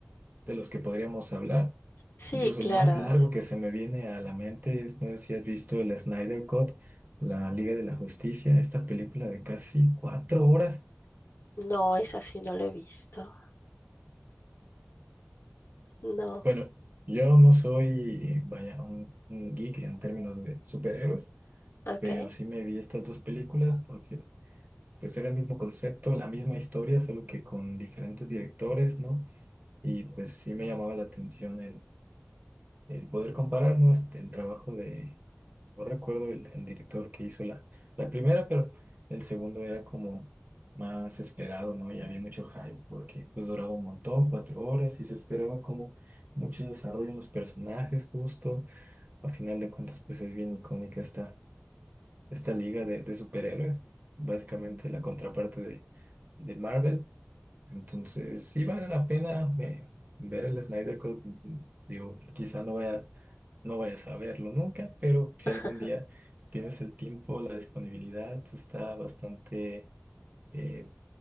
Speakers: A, on the right; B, on the left.
A: de los que podríamos hablar.
B: Sí,
A: Incluso
B: claro.
A: el más largo
B: es-
A: que se me viene a la mente es, no sé si has visto el Snyder Cut, la Liga de la Justicia, esta película de casi cuatro horas.
B: No, esa sí no la he visto. No.
A: Bueno, yo no soy, vaya, un, un geek en términos de superhéroes,
B: Ok.
A: pero sí me vi estas dos películas porque pues era el mismo concepto, la misma historia, solo que con diferentes directores, ¿no? Y pues sí me llamaba la atención el, el poder comparar, ¿no? Este, El trabajo de No recuerdo el, el director que hizo la, la primera, pero el segundo era como más esperado, ¿no? Y había mucho hype porque pues duraba un montón, cuatro horas, y se esperaba como mucho desarrollo en los personajes justo. A final de cuentas, pues es bien icónica esta, esta liga de, de superhéroes, básicamente la contraparte de, de Marvel. Entonces, sí vale la pena eh, ver el Snyder Cut. Digo, quizá no vaya, no vayas a verlo nunca, pero si
B: <laughs>
A: algún día tienes el tiempo, la disponibilidad, está bastante eh,